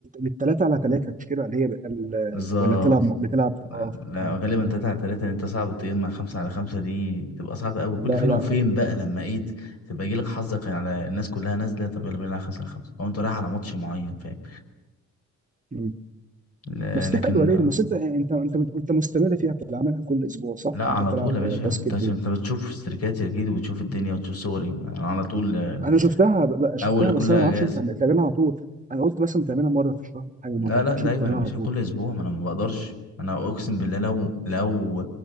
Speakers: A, on the right; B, on the left.
A: الثلاثه على ثلاثه مش كده اللي هي بقى ال-
B: بالظبط
A: ولا بتلعب بتلعب اه
B: لا
A: آه.
B: غالبا تلاتة على تلاتة لأن انت صعب تجمع خمسة على خمسة دي بتبقى صعبة أوي كل
A: لا
B: فين
A: لا
B: وفين بقى لما ايه تبقى يجيلك حظك على الناس كلها نازلة طب يلا بينا على خمسة على خمسة أو أنت رايح على ماتش معين فاهم
A: مم.
B: ل-
A: بس
B: لكن
A: دي حلوه ليه
B: آه،
A: بس انت انت انت انت مستمر فيها بتلعبها كل اسبوع صح
B: لا على
A: انت بتلعب
B: طول يا
A: باسكت
B: باشا انت عشان
A: بول
B: انت بتشوف استريكاتي أكيد وبتشوف الدنيا وتشوف صوري أنا على طول آه،
A: انا شفتها ب- ب- شفتها
B: أول كل
A: بس انا
B: أجازة
A: ما اعرفش انت بتعملها على طول انا قلت مثلا بتعملها مره في الشهر أو حاجه ما
B: لا
A: توقعتش
B: لا دايما
A: انت بتعملها
B: يا باشا
A: على طول
B: كل أسبوع ما أنا ما بقدرش أنا أقسم بالله لو لو